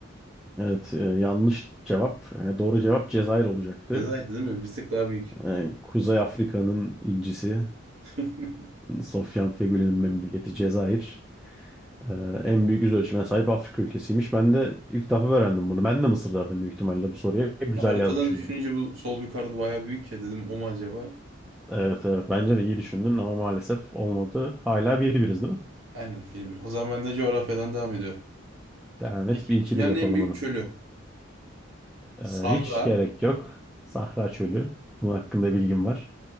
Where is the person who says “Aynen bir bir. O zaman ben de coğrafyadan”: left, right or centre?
Right